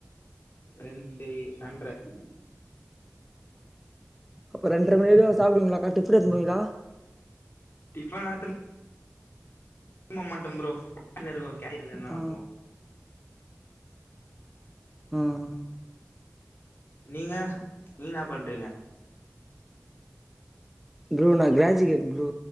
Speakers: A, on the left (about 45°); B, in the centre.
A: க்கு ரெண்டுயு ஹன்ரட்
B: அப்ப ரெண்றர மணி வரையு சாப்டுவீங்களா காட்டு சாப்ட போவீங்களா
A: டிபன் ஆ எடுத்துட்டு <unintelligible> இருக்கும் ப்ரோ கேரியல்ல என்ன இருக்கு கேரியல்லன்னா
B: ஆ
A: சாப்புடுவோம்
B: ம்
A: நீங்க நீ என்ன பண்றீங்க
B: ப்ரோ நா graduate bro